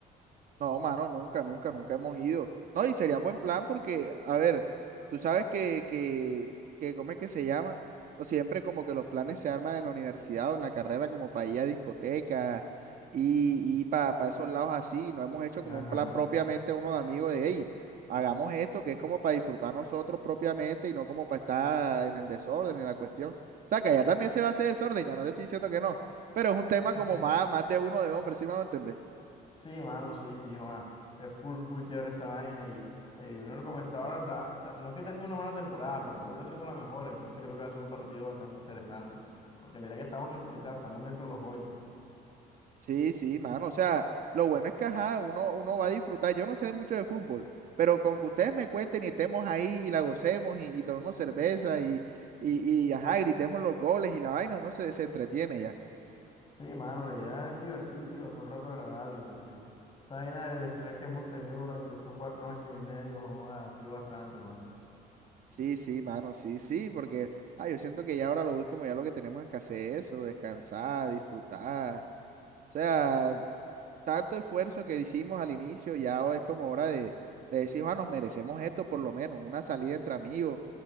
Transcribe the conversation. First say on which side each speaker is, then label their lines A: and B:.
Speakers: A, on the right; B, on the left.
A: No, mano, nunca, nunca, nunca hemos ido. No, y sería un buen plan porque, a ver, tú sabes que, que, que, ¿cómo es que se llama? O siempre como que los planes se arman en la universidad o en la carrera como para ir a discotecas y, y para esos lados así. No hemos hecho
B: Ajá.
A: como un plan propiamente uno de amigos de, hey, hagamos esto que es como para disfrutar nosotros propiamente y no como para estar en el desorden, en la cuestión. O sea, que allá también se va a hacer desorden, ya no te estoy diciendo que no, pero es un tema
B: <laughs>
A: como más, más de uno de hombres, ¿sí me van a entender?
B: Sí, mano, sí, sí, Juan. Es full, full chévere esa vaina y el Junior como está ahora, está- está- no es que esté haciendo una mala temporada, pero tampoco está haciendo la mejor, entonces creo que va a ser un partido bastante interesante, porque mira que estamos clasificados, estamos dentro de los ocho.
A: Sí, sí, mano. O sea, lo bueno es que ajá, uno, uno va a disfrutar. Yo no sé mucho de fútbol, pero con que ustedes me cuenten y estemos ahí y la gocemos y, y tomemos cerveza y, y, y ajá, gritemos los goles y la vaina, uno se, se entretiene ya.
B: Sí, mano, la idea es divertirse y pasar un rato agradable, porque esa vaina del estrés que hemos tenido durante estos cuatro años y medio, joda, ha sido bastante, mano.
A: Sí, sí, mano, sí, sí, porque ah, yo siento que ya ahora lo último, ya lo que tenemos es que hacer eso, descansar, disfrutar. O sea, tanto esfuerzo que hicimos al inicio, ya es como hora de, de decir, ah, nos merecemos esto por lo menos, una salida entre amigos